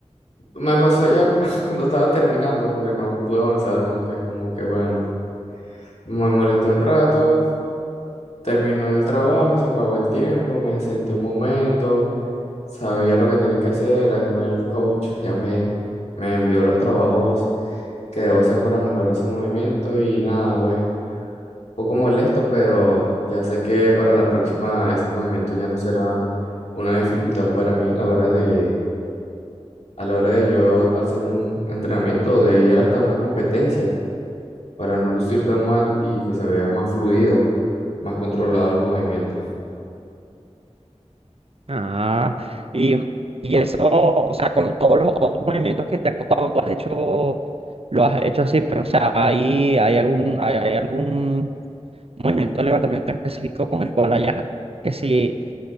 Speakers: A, on the left; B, on the right.
A: Me pasó ya cu- <laughs> cuando estaba terminando porque no pude avanzar nunca, es como que, bueno, me molesté un rato, terminó el trabajo, se acabó el tiempo, me senté un momento Sabía lo que tenía que hacer, además el coach ya me, me envió los trabajos que debo hacer para mejorar ese movimiento y nada, pues un poco molesto, pero ya sé que para la próxima ese movimiento ya no será una dificultad para mí a la hora de, a la hora de yo hacer un entrenamiento o de ir hasta una competencia para no lucir tan mal y que se vea más fluido, más controlado el movimiento.
B: Ah, y, y eso, o sea, con todos los otros movimientos que te han costado, tú has hecho, lo has hecho así, pero, o sea, ahí hay algún, hay, hay algún movimiento de levantamiento específico con el cual hayas, que si,